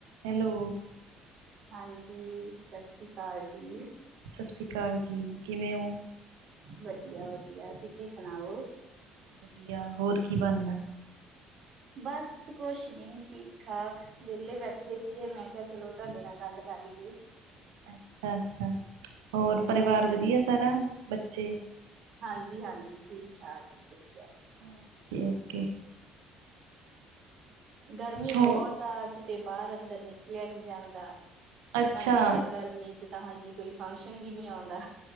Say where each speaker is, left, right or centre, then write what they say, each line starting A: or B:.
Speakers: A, on the right (about 85°); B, on the right (about 55°).
A: Hello,
B: ਹਾਂਜੀ, ਸਤਿ ਸ਼੍ਰੀ ਅਕਾਲ ਜੀ।
A: ਸਤਿ ਸ਼੍ਰੀ ਅਕਾਲ ਜੀ। ਕਿਵੇਂ ਹੋ?
B: ਵਧੀਆ -ਵਧੀਆ ਤੁਸੀਂ ਸੁਣਾਓ?
A: ਵਧੀਆ, ਹੋਰ ਕੀ ਬਣਦਾ।
B: ਬਸ ਕੁਛ ਨੀ, ਠੀਕ -ਠਾਕ। ਵਿਹਲੇ ਬੈਠੇ ਸੀਗੇ, ਮੈਂ ਕਿਹਾ ਚਲੋ ਤੁਹਾਡੇ ਨਾਲ ਗੱਲ ਕਰ ਲਈਏ।
A: ਅੱਛਾ- ਅੱਛਾ ਹੋਰ ਪਰਿਵਾਰ
B: ਹਾਂਜੀ
A: ਵਧੀਆ ਸਾਰਾ ਬੱਚੇ।
B: ਹਾਂਜੀ- ਹਾਂਜੀ ਠੀਕ- ਠਾਕ ਜੀ ਵਧੀਆ।
A: Okay -okay.
B: ਗਰਮੀ
A: ਹੋ
B: ਬਹੁਤ ਆ ਕਿਤੇ ਬਾਹਰ- ਅੰਦਰ ਨਿਕਲਿਆ ਨਹੀਂ ਜਾਂਦਾ। ਤੁਹਾਨੂੰ
A: ਅੱਛਾ
B: ਪਤਾ ਗਰਮੀ ਚ' ਤਾਂ ਹਾਂਜੀ, ਕੋਈ ਫੰਕਸ਼ਨ ਵੀ ਨਹੀਂ ਆਉਂਦਾ।